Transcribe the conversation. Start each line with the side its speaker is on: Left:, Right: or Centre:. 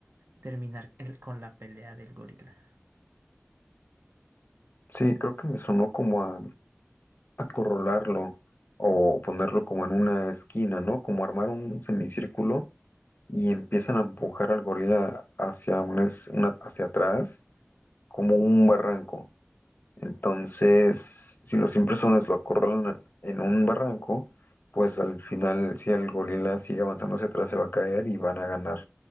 Right: terminar el- con la pelea del gorila.
Left: Sí, creo que me sonó como a acorralarlo o ponerlo como en una esquina, ¿no? Como armar un semicírculo y empiezan a empujar al gorila hacia, una, es- una- hacia atrás, como un barranco. Entonces, si los impresores lo acorralan en un barranco, pues al final, si el gorila sigue avanzando hacia atrás, se va a caer y van a ganar